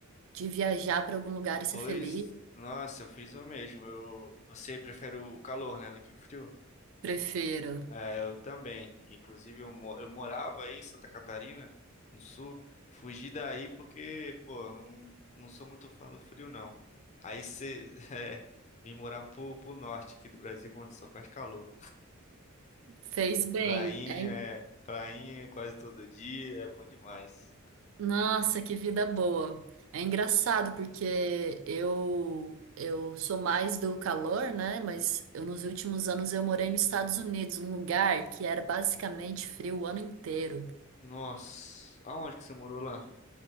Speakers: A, on the right; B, on the left.
A: de viajar pra algum lugar e ser
B: Pois,
A: feliz.
B: nossa, eu fiz o mesmo. Eu... Você prefere o calor, né, do que o frio?
A: Prefiro.
B: É, eu também. Inclusive, eu, mo- eu morava aí em Santa Catarina, no sul. Fugi daí porque, pô, eu não, não sou muito fã do frio, não. Aí você. <laughs> É, vim morar pro, pro norte aqui do Brasil, onde só faz calor.
A: Fez bem.
B: Prainha,
A: É
B: é, prainha quase todo dia, é bom demais.
A: Nossa, que vida boa. É engraçado porque eu eu sou mais do calor, né? Mas eu, nos últimos anos eu morei nos Estados Unidos, num lugar que era basicamente frio o ano inteiro.
B: Nossa, aonde que você morou lá?